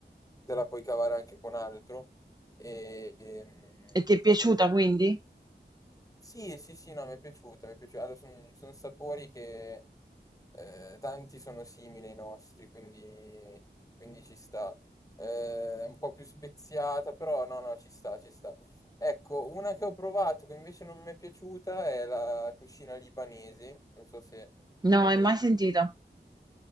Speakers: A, on the left; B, on the right.
A: te la puoi cavare anche con altro. E, e-
B: E ti è piaciuta
A: e poi
B: quindi?
A: Sì, sì, sì, no, mi è piaciuta, mi è piaciuta. Allora, sono sapori che eh, tanti sono simili ai nostri, quindi, quindi ci sta. Eh, È un po' più speziata, però no, no, ci sta, ci sta. Ecco, una che ho provato che invece non mi è piaciuta è la cucina libanese. Non so se
B: No,
A: hai
B: hai
A: mai
B: mai
A: provato.
B: sentita?